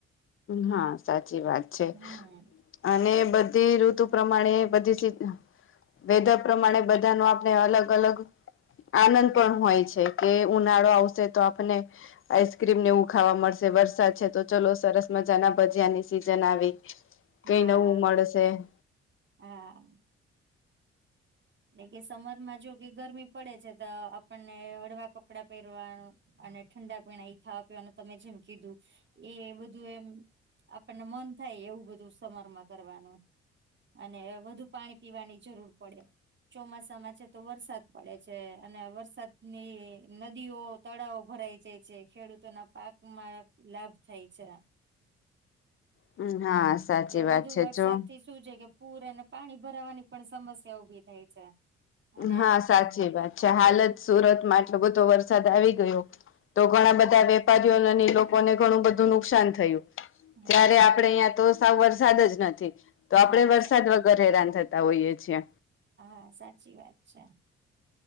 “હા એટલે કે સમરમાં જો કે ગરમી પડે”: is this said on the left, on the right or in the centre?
Right